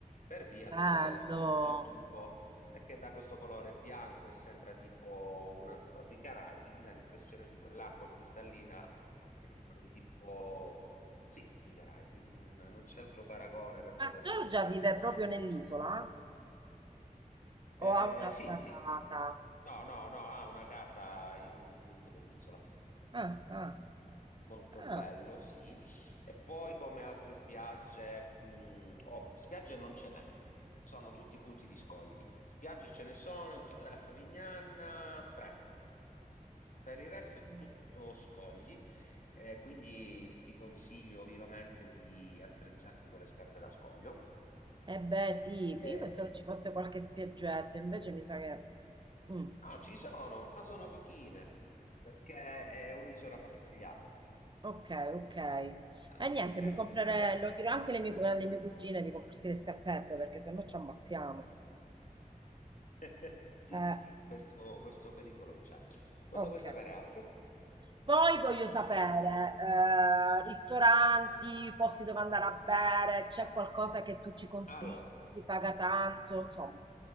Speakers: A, on the left (about 60°); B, on the right (about 35°).
A: per via
B: Bello.
A: del, appunto, del tufo e che da questo colore bianco e sembra tipo una, proprio i Caraibi, ti dà l'impressione di quell'acqua cristallina che ti trovi tipo, sì, i Caraibi, non, non c'è altro paragone per
B: Ma
A: poterlo
B: Giorgia
A: descrivere.
B: vive proprio nell'isola?
A: Eh,
B: O ha un'altra
A: sì, sì,
B: casa?
A: no, no, no, ha una casa in un punto dell'isola.
B: Ah, ah,
A: Molto bello,
B: ah.
A: sì. E poi come altre spiagge, mh, oh, spiagge non ce n'è, sono tutti punti di scogli. Spiagge ce ne sono in totale a Favignana tre, per il resto
B: Ah.
A: è tutto scogli, eh, quindi ti consiglio vivamente di attrezzarti con le scarpe da scoglio.
B: Eh beh, sì,
A: Eh,
B: io pensavo ci fosse qualche spiaggetta, invece mi sa che... Mm,
A: no, ci sono, ma sono pochine, perché è un'isola frastagliata.
B: ok, ok.
A: Ah,
B: E niente,
A: Ok,
B: mi comprerei,
A: poi?
B: lo dirò anche alle mie, cu- alle mie cugine di comprarsi le scarpette, perché sennò ci ammazziamo.
A: <laughs> Sì,
B: Eh,
A: sì, questo, questo pericolo c'è. Cosa
B: ok.
A: vuoi sapere altro?
B: Poi voglio sapere, eh, ristoranti, posti dove andare a bere, c'è qualcosa che tu ci consigli,
A: Allora,
B: si paga tanto, insomma.